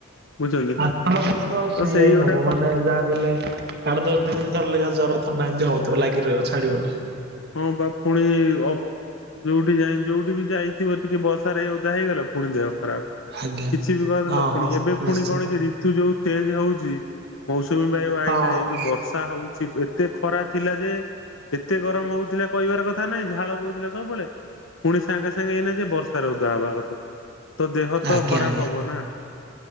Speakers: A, on the left; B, on the right.
A: ବୁଝୁଛନ୍ତି
B: ଆସ ମାସ ହେଲେ ତ ସେଇଆା
A: ସେଇ
B: ହିଁ
A: ଗୋଟା
B: ହବ
A: କ
B: ମାନେ ଯାହା ବେଲେ ଆଠ ଦଶ ଦିନ ଥର ଲଗା ଜର ଥଣ୍ଡାମିତି ହଉଛି। ଲାଗି ରହିବ ଛାଡ଼ିବନ।
A: ହଁ ବା ପୁଣି ଅ ଯୋଉଠି ଯାଇ ଯୋଉଠି ବି ଯାଇଥିବ ଟିକେ ବର୍ଷାରେଇ ଓଧା ହେଇଗଲା ପୁଣି ଦେହ ଖରାପ
B: ଆଜ୍ଞା।
A: କିଛି ବି କହିଦେଥିଲା
B: ହଁ
A: ପୁଣି
B: ହଁ
A: ଏବେ
B: ନିଶ୍ଚିନ୍ତ
A: ପୁଣି କଣ କି ୁ ଯୋଉ ଚେଞ୍ଜ ହଉଛି ମୌସୁମୀ ବାୟୁ ଆଇଲାା
B: ହଁ
A: ଏଇ ଯୋଉ ବର୍ଷା ହଉଛି। ଏତେ ଖରା ଥିଲା ଯେ ଏତେ ଗରମ ହଉଥିଲା କହିବାର କଥା ନାଇଁ ଝାଳ ବୋଉଥିଲା ସବୁବେଳେ ପୁଣି ସାଙ୍ଗେ ସାଙ୍ଗେ ଏଇନା ଯେ ବର୍ଷାରେ ଉଦା ହବା କଥା ତ ଦେହ ତ
B: ଆଜ୍ଞା
A: ଖରାପ
B: ଆଜ୍ଞା।
A: ହବ ନା